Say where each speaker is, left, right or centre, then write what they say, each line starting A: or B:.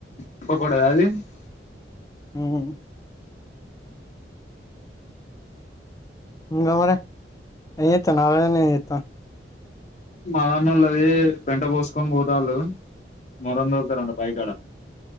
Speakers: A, on the left (about 40°); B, on the left (about 20°).
A: చెప్పకూడద అది <unintelligible>
B: ఉహు ఇంకా మరి ఎంచెత్తనావు ఆడ ఉండి ఎంచెత్తవు
A: మాదాన్నల్లోది పెంట పోసుకొని పోతళ్ళు మోరం తోలుతారంట బాయికాడ